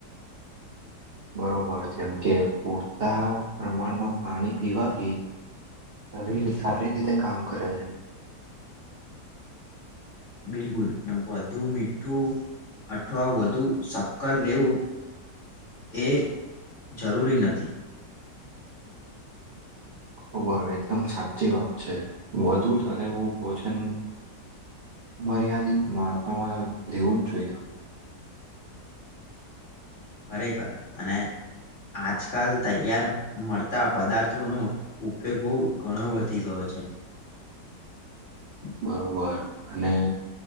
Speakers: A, on the right; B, on the left.
A: બરોબર જેમ કે પૂરતા પ્રમાણમાં પાણી પીવાથી શરીર સારી રીતે કામ કરે છે
B: બિલકુલ વધુ મીઠું અઠવા વધુ સક્કર લેવું એ જરૂરી નથી.
A: બરાબર એકદમ સાચી વાત છે. વધુ તળેલુ ભોજન મર્યાદિત માત્રા માં લેવું જ જોઈએ આપડે.
B: ખરે ખરે અને આજકાલ તૈયાર મળતા પદાર્થોનો ઉપયોગ બહુ ઘણો વધી ગયો છે. હ <inaudible>
A: બરોબર અને